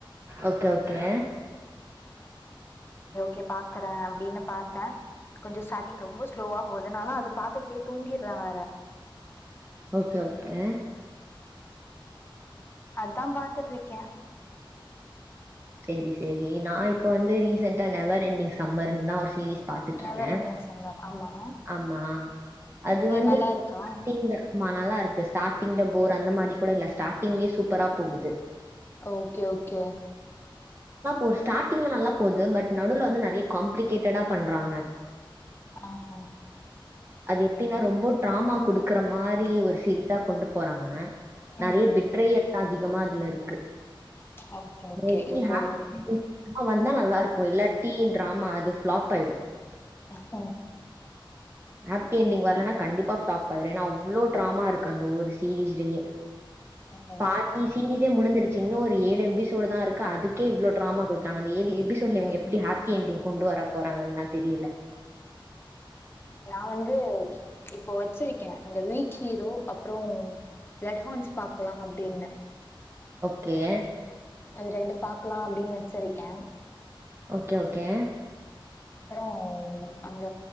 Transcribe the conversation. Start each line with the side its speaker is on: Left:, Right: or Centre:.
Right: ஒகே ஓகே
Left: கே பாக்கறோ அப்டின்னு பாத்த கொஞ்ச ஸ்டாட்டிங் ரொம்ப ஸ்லோவா போது எனால அது பாத்துகிட்டே தூங்கிடுறே வேற
Right: ஓகே ஓகே
Left: அதா பாத்துட்ருக்கே
Right: செரி செரி நா இப்ப வந்து ரீசன்ட்டா நெவர் என்டிங் சம்மர்ன் தா ஒரு சீரிஸ் பாத்துட்ருக்க
Left: நெவர் எண்டிங் சம்மர் ஆமா
Right: ஆமா அது வந்து
Left: நல்லா இருக்கா
Right: தின்டல் மா நல்லாருக் த ஸ்டாட்டிங்ல போர் அந்த மாரி கோட இல்ல ஸ்டாட்டிங்லயே சூப்பரா போகுது
Left: ஓகே ஓகே
Right: ஒரு ஸ்டாட்டிங்ல நல்லா போது பட் நடுல வந்து நறையா காம்ப்ளிகேட்டடா பண்றாங்க
Left: ஆஹ
Right: அது எப்டினா ரொம்ப டாமா குடுக்கற மாரி ஒரு சீரிஸா கொண்டு போறாங்க நறைய
Left: ம்
Right: பிட்ரயல்லா அதிகமா அதுல இருக்கு
Left: ஓகே ஓகே
Right: லெட் மி
Left: இப்போ
Right: ஹேப் ஆ வந்தா நல்லாருக்கு இல்லாட்டி டிராமா அது ஃப்ளாப் ஆயிடு
Left: ஹ
Right: ஹேப்பி என்டிங் வரலனா கண்டிப்பா ஃப்ளாப் ஆயிரு ஏனா அவ்ளோ ட்ராமா இருக்கு அந்த ஒரு சீரிஸ்லயே
Left: ம்
Right: பாதி சீரீஸே முடிஞ்சுருச்சு இன்னு ஒரு ஏ எபிசோடு தா இருக்கு அதுக்கே இவ்ளோ ட்ராமா குடுத்துட்டாங்க அந்த ஏழு எபிசோடுல இவுங்க எப்பிடி ஹேப்பி என்டிங் கொண்டு வர போறாங்கன் தா தெரியல
Left: நா வந்து இப்போ வச்சிருக்கே அந்த வீக் ஹீரோ அப்றொ எட்ஹோன்ஸ் பாக்லா அப்டினு
Right: கே
Left: அது ரண்டு பாக்லா அப்டினு வச்சுருக்கே
Right: ஓகே ஓகே
Left: அப்பற அங்க